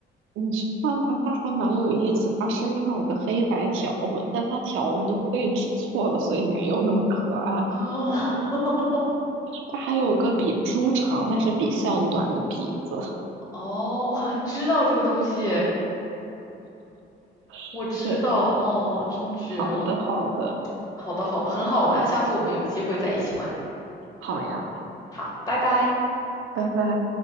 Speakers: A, on the right; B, on the left.
A: 你去看它，它还蛮有意思。它身上有个黑白条纹，但它条纹的位置错了，所以没有那么可爱。
B: 哦 <laughs>
A: 它还有个比猪长，但是比象短的鼻子。
B: 哦，我好像知道这个东西，我知道哦，
A: <laughs> 对，
B: 真绝了。
A: 好的，好的，
B: 好的，好的，很好玩，下次我们有机会再一起玩。
A: 好呀，
B: 好，拜拜。
A: 拜拜。